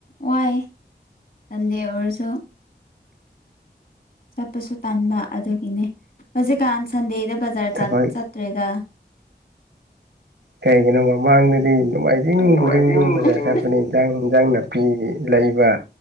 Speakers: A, on the left; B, on the right.
A: ꯋꯥꯏ ꯁꯟꯗꯦ ꯑꯣꯏꯔꯁꯨ ꯆꯠꯄꯁꯨ ꯇꯟꯥꯟꯕ ꯑꯗꯨꯒꯤꯅꯦ ꯍꯧꯖꯤꯛꯀꯥꯟ ꯁꯟꯗꯦꯗ ꯕꯖꯥꯔ
B: ꯊꯕꯛ
A: ꯆꯠꯇ꯭ꯔꯦꯗ
B: ꯀꯩꯒꯤꯅ ꯃꯃꯪꯗꯗꯤ ꯃꯥꯏꯖꯤꯡ
A: ꯅꯣꯡꯃꯥꯏꯖꯤꯡ
B: ꯔꯤꯡꯗꯨꯣꯝ ꯄꯨꯖꯥ
A: ꯈꯨꯗꯤꯡ
B: ꯆꯠꯄꯅꯦ ꯏꯟꯖꯥꯡ ꯏꯟꯖꯥꯡ ꯅꯥꯄꯤ ꯂꯩꯕ